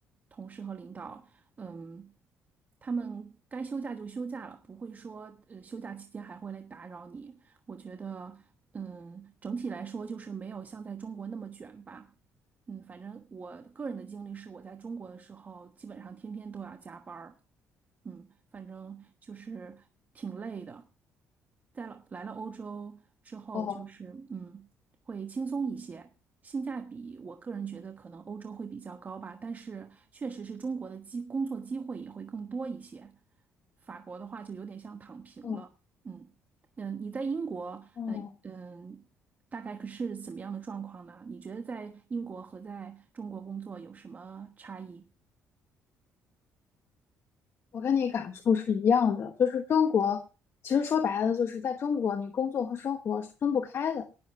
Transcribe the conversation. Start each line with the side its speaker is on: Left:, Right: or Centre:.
Right: 同事和领导，嗯，他们该休假就休假了，不会说呃休假期间还会来打扰你。我觉得，嗯，整体来说就是没有像在中国那么卷吧。嗯，反正我个人的经历是，我在中国的时候，基本上天天都要加班儿。嗯，反正就是挺累的。在了来了欧洲之后，
Left: 哦
Right: 就是嗯，会轻松一些，性价比我个人觉得可能欧洲会比较高吧，但是确实是中国的机工作机会也会更多一些。法国的话就有点像躺平了。
Left: 哦
Right: 嗯嗯，你在英国，
Left: 嗯，
Right: 呃嗯。
Left: 哦，
Right: 大概是怎么样的状况呢？你觉得在英国和在中国工作有什么差异？
Left: 我跟你感触是一样的，就是中国，其实说白了，就是在中国，你工作和生活是分不开的。